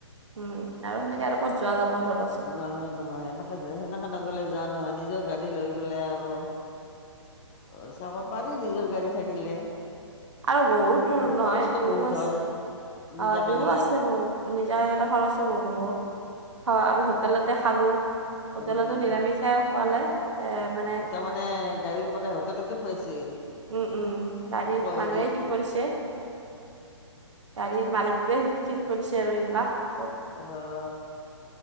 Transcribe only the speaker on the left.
নহয় নহয় সেনেকে সেনেকে নগলে যোৱা নহয় নিজৰ গাড়ী লৈ গলে আৰু অ চাব পাৰি নিজৰ গাড়ী থাকিলে।
অ খৰচটো
বহুত
হয় নিজাকে
গলে
উম
তাৰ মানে গাড়ীৰ পৰা হোটেলতে খুৱাইছে।
আকৌ হেৰি
অহ।